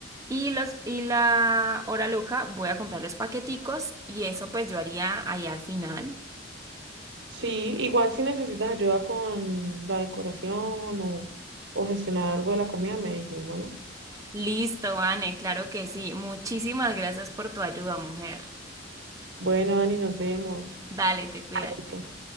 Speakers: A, on the right (about 20°); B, on the right (about 65°).
A: Y los y la hora loca, voy a comprar los paqueticos y eso pues yo haría ahí al final.
B: Sí, igual si necesitas ayuda con la decoración o, o gestionar algo de la comida, me dices, bueno.
A: Listo, Vane, claro que sí. Muchísimas gracias por tu ayuda, mujer.
B: Bueno, Dani, nos vemos.
A: Dale, te cuidas.
B: Vale.